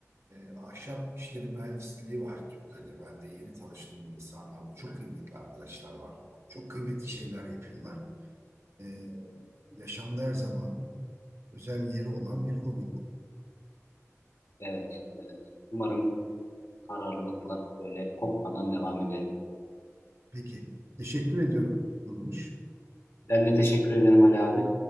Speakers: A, on the right; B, on the left.
A: E, ahşap işleri mühendisliği var Türkiye'de. Ben de yeni tanıştığım insanlarla çok kıymetli arkadaşlar var. Çok kıymetli şeyler yapıyorlar. E, yaşamda her zaman özel yeri olan bir hobi bu.
B: Evet evet. Umarım kararlılıkla böyle kopmadan devam ederim.
A: Peki, teşekkür ediyorum Nurmuş.
B: Ben de teşekkür ederim Ali abi.